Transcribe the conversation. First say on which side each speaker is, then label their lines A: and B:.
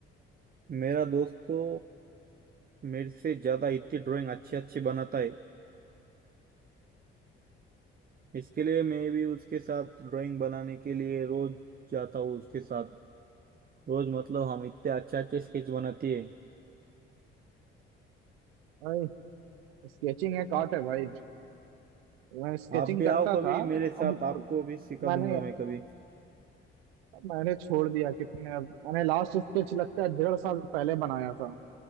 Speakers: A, on the right; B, on the right.
A: मेरा दोस्त तो मेरे से ज्यादा इतनी ड्राइंग अच्छी अच्छी बनाता है इसके लिए मैं भी उसके साथ ड्राइंग बनाने के लिए रोज जाता हूँ उसके साथ रोज मतलब हम इतने अच्छे अच्छे स्केच बनाती है
B: भाई स्केचिंग है काट है भाई मैं स्केचिंग
A: आप भी
B: करता
A: आओ कभी
B: था
A: मेरे
B: लेकिन
A: साथ आपको
B: अब
A: भी सिखा
B: मैंने
A: दूंगा मैं कभी
B: मैंने छोड़ दिया कितने अब मैंने लास्ट स्केच लगता है डेढ़ साल पहले बनाया था